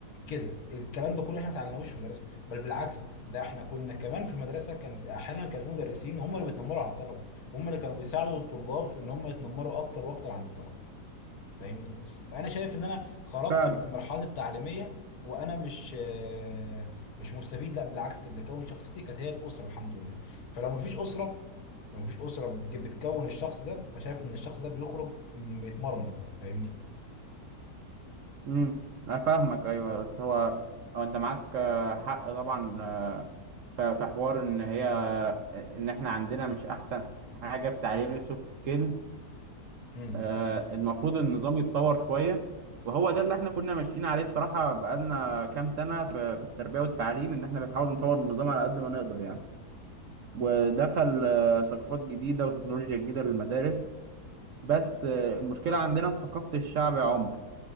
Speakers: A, on the left (about 65°); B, on the right (about 60°).
A: كده الكلام ده كله احنا ما اتعلمناهوش في المدرسه بل بالعكس ده احنا كنا كمان في المدرسه كان في احيانا كان في مدرسين هم اللي بيتنمروا على الطلبه هم اللي كانوا بيساعدوا الطلاب في ان هم يتنمروا اكتر واكتر عن الطلبه فاهمني فانا شايف ان انا خرجت
B: فعلا
A: من المرحله التعليميه وانا مش آه، مش مستفيد لا بالعكس اللي كون شخصيتي كانت هي الاسره الحمد لله فلو مفيش اسره لو مفيش اسره بتج- بتكون الشخص ده فشايف ان الشخص ده بيخرج متمرمط فاهمني
B: امم انا فاهمك ايوه بس هو هو انت معاك آه، حق طبعا آه، ف- في حوار ان هي ان احنا عندنا مش احسن حاجه في تعليم السوفت سكيلز
A: امم
B: آه، المفروض النظام يتطور شويه وهو ده اللي احنا كنا ماشيين عليه بصراحه بقالنا كام سنه في في التربيه والتعليم ان احنا بنحاول نطور النظام على قد ما نقدر يعني ودخل آه، ثقافات جديدة وتكنولوجيا جديدة للمدارس بس آه، المشكلة عندنا في ثقافة الشعب يا عمر